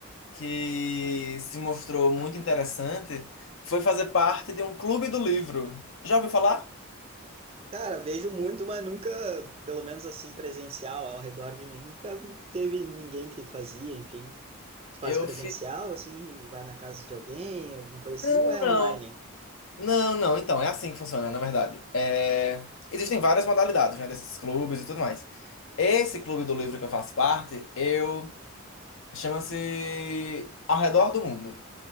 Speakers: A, on the left (about 65°); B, on the right (about 25°).
A: que se mostrou muito interessante, foi fazer parte de um clube do livro. Já ouviu falar?
B: Cara, vejo muito, mas nunca, pelo menos assim, presencial ao redor de mim, nunca teve ninguém que fazia, enfim. Tu faz
A: Eu
B: presencial,
A: fiz.
B: assim, vai na casa de alguém, alguma coisa assim,
A: Não,
B: ou é
A: não.
B: online?
A: Não, não, então, é assim que funciona, na verdade. É, Existem várias modalidades, né, desses clubes e tudo mais. Esse clube do livro que eu faço parte, eu... Chama-se Ao Redor do Mundo.